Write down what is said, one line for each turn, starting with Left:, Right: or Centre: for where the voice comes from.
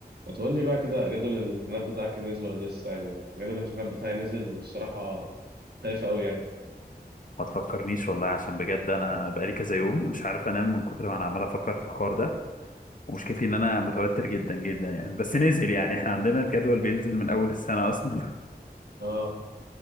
Right: ما تقول لي بقى كده جدول الامتحانات بتاعك نزل ولا لسه يعني جدول الامتحانات بتاعي نزل والصراحة خايف قوي يعني
Left: ما تفكرنيش والله عشان بجد انا بقالي كذا يوم مش عارف انام من كتر ما انا عمال افكر في الحوار ده ومشكلتي ان انا متوتر جدا جدا يعني بس نزل يعني احنا عندنا الجدول بينزل من اول السنة اصلا
Right: اه